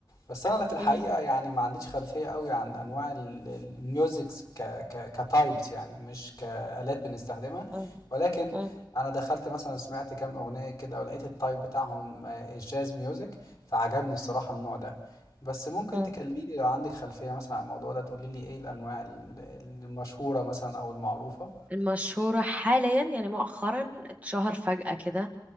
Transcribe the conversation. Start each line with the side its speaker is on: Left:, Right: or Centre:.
Left: بس انا في الحقيقه
Right: مم،
Left: يعني ما عنديش خلفيه قوي عن انواع ال- ال- الميوزكس ك ك كتايبس يعني مش كالات بنستخدمها
Right: مم،
Left: ولكن
Right: مم،
Left: انا دخلت مثلا سمعت كام اغنيه كده ولقيت التايب بتاعهم آه، الجاز ميوزك فعجبني الصراحه النوع ده بس ممكن
Right: مم.
Left: تكلميني لو عندك خلفية مثلا عن الموضوع ده تقولي لي ايه الأنواع ال- المشهورة مثلا أو المعروفة
Right: المشهورة حاليا يعني مؤخرا اتشهر فجأة كده